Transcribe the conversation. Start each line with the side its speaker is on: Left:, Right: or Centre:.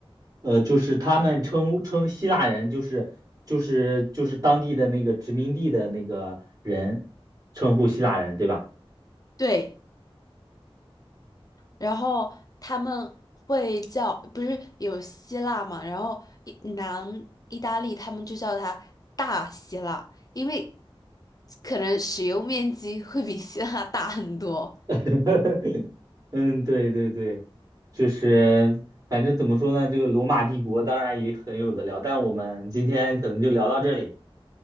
Right: 呃，就是他们称称希腊人，就是就是就是当地的那个殖民地的那个人，称呼希腊人，对吧？
Left: 对，然后他们会叫，不是有希腊嘛，然后意南意大利他们就叫它大希腊，因为可能使用面积会比希腊大很多。
Right: <laughs> 嗯，对对对，就是反正怎么说呢，这个罗马帝国当然也很有的聊，但我们今天可能就聊到这里。